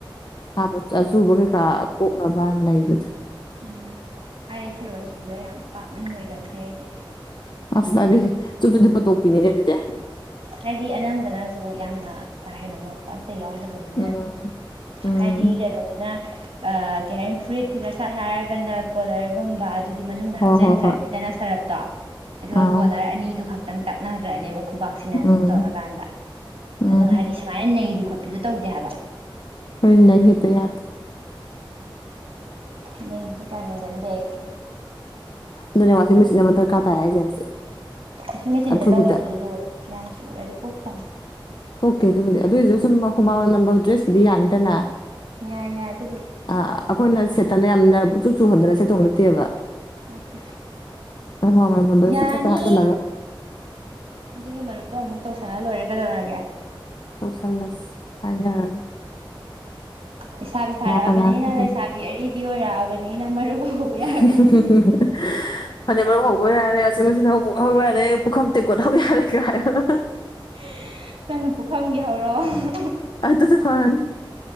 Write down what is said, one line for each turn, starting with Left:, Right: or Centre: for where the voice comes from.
Left: ꯍꯥ ꯑꯆꯨꯕ ꯀꯩꯀꯥ ꯀꯣꯛꯅꯕ ꯅꯩꯕꯗꯨ
Right: ꯎꯝ ꯑꯩ ꯐꯤꯔꯣꯟ ꯁꯨꯕꯗ ꯌꯥꯝ ꯄꯥꯛꯅ ꯅꯣꯏꯒꯟꯗꯦ ꯑꯩꯗꯤ
Left: ꯑꯁ ꯅꯪꯗꯤ ꯆꯨꯞ ꯆꯨꯞ ꯂꯨꯞꯄ ꯇꯣꯛꯄꯤꯅꯤꯅꯦ ꯑꯗꯨꯗꯤ
Right: ꯍꯥꯏꯗꯤ ꯑꯅꯝꯕꯅꯁꯨ ꯌꯥꯝꯅ ꯀꯥ ꯍꯦꯟꯅ ꯃꯣꯠ ꯑꯝꯇ ꯌꯥꯎꯗꯕꯅꯤꯅ
Left: ꯎꯝ ꯎꯝ
Right: ꯍꯥꯏꯗꯤ ꯀꯩꯅꯣ ꯑꯗꯨꯅ ꯀꯩ ꯍꯥꯏꯅꯤ ꯐꯨꯔꯤꯠ ꯐꯤꯒꯔ ꯁꯥꯠ ꯍꯥꯏꯔꯒꯥꯅ ꯀꯣꯂꯔꯒꯨꯝꯕ ꯑꯗꯨꯗꯤ ꯃꯅꯨꯡꯗ
Left: ꯍꯣꯏ
Right: ꯍꯥꯞꯆꯤꯟꯈ꯭ꯔꯅꯤꯗꯅ
Left: ꯍꯣꯏ ꯍꯣꯏ
Right: ꯁꯔꯞꯇꯣ ꯑꯗꯨꯒ
Left: ꯑꯥꯎ
Right: ꯀꯣꯂꯔ ꯑꯅꯤꯗꯨ ꯈꯛ ꯈꯤꯇꯪ ꯇꯛꯅꯈ꯭ꯔꯅꯦꯕ ꯈꯨꯕꯥꯛꯁꯤꯅ ꯑꯗꯨꯝ
Left: ꯎꯝ
Right: ꯇꯧꯔꯀꯥꯟꯗ
Left: ꯎꯝ
Right: ꯑꯗꯨꯒ ꯍꯥꯏꯗꯤ ꯁꯨꯃꯥꯏꯅ ꯅꯩꯕꯤ ꯈꯣꯠꯄꯤꯗꯣ ꯇꯧꯗꯦ ꯍꯥꯏꯕ
Left: ꯈꯣꯌꯗꯤ ꯅꯩ ꯍꯦꯛꯇꯥ ꯌꯥꯗꯦ
Right: ꯅꯕꯤꯁꯨ ꯀꯩꯌꯥ ꯅꯩꯒꯟꯗꯦ ꯑꯩ
Left: ꯑꯗꯨꯅꯦ ꯋꯥꯁꯤꯡ ꯃꯆꯟ ꯑꯃ ꯗꯔꯀꯥꯔ ꯇꯥꯏ ꯍꯥꯏꯁꯦ ꯍꯧꯖꯤꯛ
Right: ꯋ꯭ꯁꯤꯡ ꯃꯦꯆꯤꯟꯗ
Left: ꯑꯊꯨꯕꯤꯗ
Right: ꯇꯧꯕꯗꯨꯁꯨ ꯌꯥꯝ ꯆꯨꯔꯗꯤ ꯀꯣꯛꯇꯝꯃꯤ
Left: ꯀꯣꯛꯇꯦ ꯑꯗꯨꯕꯨꯗꯤ ꯑꯗꯨꯑꯣꯏꯁꯨ ꯁꯨꯝ ꯍꯨꯃꯥꯡ ꯃꯥꯅꯝ ꯅꯝꯕ ꯗ꯭ꯔꯦꯁꯀꯤꯗꯤ ꯌꯥꯅꯤꯗꯅ
Right: ꯌꯥꯏ ꯌꯥ ꯑꯗꯨ
Left: ꯑ ꯑꯩꯈꯣꯏꯅ ꯁꯦꯠꯇꯅ ꯌꯥꯝꯅ ꯄꯨꯛꯆꯨ ꯆꯨꯍꯟꯗꯅ ꯁꯦꯠꯇꯧꯕꯥ ꯅꯠꯇꯦꯕ
Right: ꯅꯠꯇꯦ
Left: <unintelligible>
Right: ꯌꯥꯅꯤ
Left: ꯍꯥꯞꯆꯜꯂꯒꯥ
Right: ꯑꯗꯨꯒꯤ ꯃꯔꯨꯞꯇꯣ ꯑꯃꯨꯛ ꯇꯧꯁꯜꯂ ꯂꯣꯏꯔꯦ ꯀꯩꯗꯧꯔꯒꯦ
Left: ꯇꯧꯁꯜꯂꯁ ꯍꯥꯏꯅꯔꯔꯣꯏ
Right: ꯂꯩꯁꯥꯕꯤ ꯐꯥꯔꯛꯑꯕꯅꯤꯅ
Left: ꯀꯅꯥ ꯀꯩꯗꯧ
Right: ꯂꯩꯁꯥꯕꯤ ꯑꯔꯤꯕꯤ ꯑꯣꯏꯔꯛꯑꯕꯅꯤꯅ ꯃꯔꯨꯞ ꯍꯧꯕ ꯌꯥꯔꯦ
Left: <unintelligible> ꯐꯅꯦꯛ ꯃꯔꯨꯞ ꯍꯧ__ ꯍꯧꯕ ꯌꯥꯔꯦ ꯋꯥꯁꯤꯡ ꯃꯦꯁꯤꯟ ꯍꯧꯕꯨ ꯍꯧꯕ ꯌꯥꯔꯦ ꯄꯨꯈꯝ ꯇꯦꯡ ꯀꯣꯠꯍꯧꯕ ꯌꯥꯔꯦ ꯀꯥꯏꯌꯣ <unintelligible>
Right: <unintelligible> ꯅꯪꯅ ꯄꯨꯈꯝꯒꯤ ꯍꯧꯔꯛꯑꯣ <unintelligible>
Left: ꯑꯇꯨꯅ ꯐꯔꯅꯤ